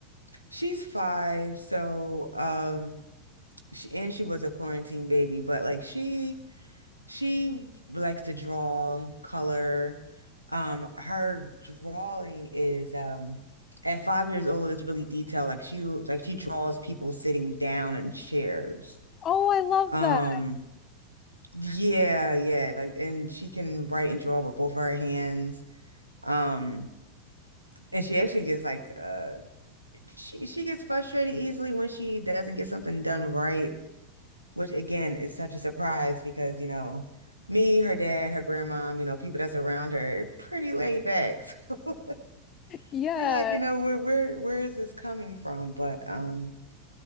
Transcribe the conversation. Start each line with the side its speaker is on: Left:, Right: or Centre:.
Right: she's five, so um she and she was a quarantine baby, but like she She likes to draw, color. Um, her drawing is um at five years old, it's really detailed. Like she like she draws people sitting down in chairs.
Left: Oh, I love
Right: Um,
Left: that.
Right: yeah, yeah. Like and she can write and draw with both of her hands. Um, and she actually gets like uh she she gets frustrated easily when she doesn't get something done right. which again is such a surprise because, you know, me, her dad, her grandmom, you know, people that's around her, are pretty laid back. <laughs>
Left: Yeah.
Right: So we're like, you know, where where where is this coming from? But um,